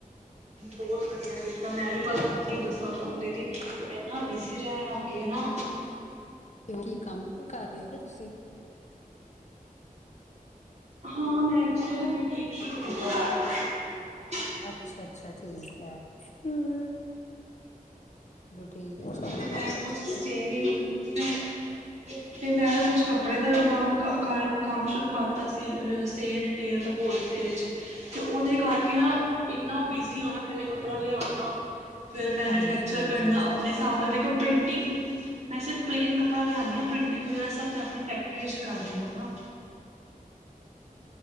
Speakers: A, on the right (about 45°); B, on the left (about 50°).
A: ਬਹੁਤ ਵਧੀਆ ਕੀਤਾ, ਮੈਂ ਵੀ ਬਸ ਕੀ ਦੱਸਾਂ ਤੁਹਾਨੂੰ ਦੀਦੀ, ਇਨਾ ਬਿਜ਼ੀ ਰਹਿਣ ਲੱਗ ਗਈ ਨਾ।
B: ਕੋਈ ਕੰਮ ਕਰ ਰਹੇ ਹੋ ਕੀ ਤੁਸੀਂ?
A: ਹਾਂ ਮੈਂ, ਐਕਚੁਲੀ ਨਾ ਬੁਟੀਕ ਸ਼ੁਰੂ ਕੀਤਾ ਸੀ।
B: ਅੱਛਾ -ਅੱਛਾ ਠੀਕ ਹੈ, ਹੂੰ ਗੁੱਡ। ਠੀਕ ਆ
A: ਫਿਰ
B: ਜੀ,
A: ਮੈਂ ਕੁਛ
B: ਕਿਤੇ
A: ਸੇਲਿੰਗ ਫਿਰ ਫਿਰ ਮੈਂ ਨਾ ਕੁਛ ਕੱਪੜੇ ਦਾ ਨਾਮ ਕਰ ਕੰਮ ਸ਼ੁਰੂ ਕਰਤਾ ਸੀ ਸੇਲ, ਰਿਟੇਲ, ਹੋਲਸੇਲ ਚ, ਉਹਦੇ ਕਰ ਕੇ ਨਾ ਇਨਾਂ ਬਿਜੀ ਹਾਂ। ਫਿਰ ਮੈਨੂਫੈਕਚਰ
B: ਹਾਂਜੀ-ਹਾਂਜੀ।
A: ਕਰਨਾ ਆਪਣੇ ਆਹ ਦੇਖੋ ਪ੍ਰਿੰਟਿੰਗ, ਮੈਂ ਸਿਰਫ ਪਲੇਨ ਕੱਪੜਾ ਲਿਆਂਉਂਦੀ ਆ, ਪ੍ਰਿੰਟਿੰਗ ਵਗੈਰਾ ਸਭ ਮੈਂ ਆਪਣੀ ਫੈਕਟਰੀ ਵਿੱਚ ਕਰਉਂਦੀ ਹਾਂ ਨਾ।